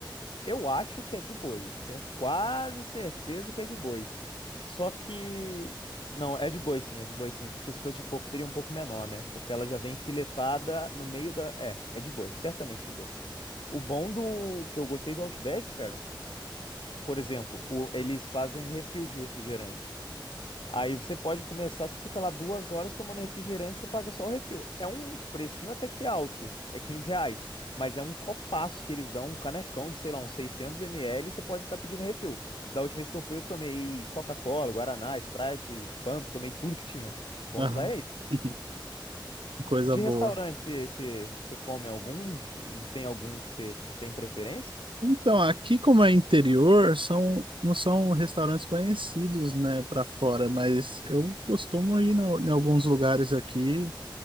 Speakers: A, on the left (about 80°); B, on the right (about 80°).
A: Eu acho que é de boi. Tenho quase certeza que é de boi. Só que. Não, é de boi sim, é de boi sim. Porque se fosse de porco seria um pouco menor, né? Porque ela já vem filetada no meio da. É, é de boi, certamente de boi. O bom do que eu gostei do Outback, cara, por exemplo, o- eles fazem refil de refrigerante. Aí você pode começar, você fica lá duas horas tomando refrigerante, você paga só o refil. É um precinho até que alto, é 15 reais. Mas é um copaço que eles dão, um canecão de, sei lá, uns 600 ml, você pode ficar pedindo refil. Da última vez que eu fui, eu tomei Coca-Cola, Guaraná, Sprite, Fanta, tomei tudo que tinha. Bom
B: Aham.
A: de lá é isso.
B: <laughs> Coisa
A: De
B: boa.
A: restaurante, você você- você come algum? Tem algum que você tem preferência? <laughs>
B: Então, aqui como é interior, são, não são restaurantes conhecidos, né, para fora, mas eu costumo ir no- em alguns lugares aqui.